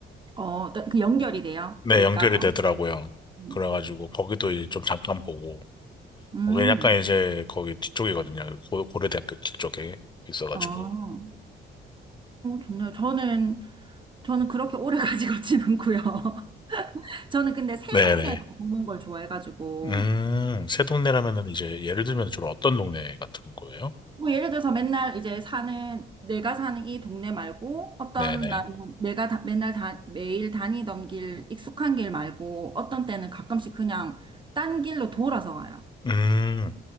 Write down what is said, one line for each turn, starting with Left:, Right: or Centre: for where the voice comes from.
Right: 어, 또그 연결이 돼요?
Left: 네,
Right: 내과가.
Left: 연결이 되더라고요.
Right: 음,
Left: 그래가지고 거기도 이제 좀 잠깐 보고.
Right: 음,
Left: 거기는 약간 이제 거기 뒤쪽이거든요. 고, 고려대학교 뒤쪽에 있어가지고.
Right: 어, 어, 좋네요. 저는, 저는 그렇게 오래 <laughs> 가지고 지는고요 <laughs> 저는 근데 새
Left: 네네.
Right: 동네 걷는 걸 좋아해가지고,
Left: 음, 새 동네라면은 이제 예를 들면 좀 어떤 동네 같은 거예요?
Right: 뭐 예를 들어서 맨날 이제 사는 내가 사는 이 동네 말고 어떤
Left: 네네.
Right: 날은 내가 다- 맨날 다, 매일 다니던 길 익숙한 길 말고 어떤 때는 가끔씩 그냥 딴 길로 돌아서 가요.
Left: 음,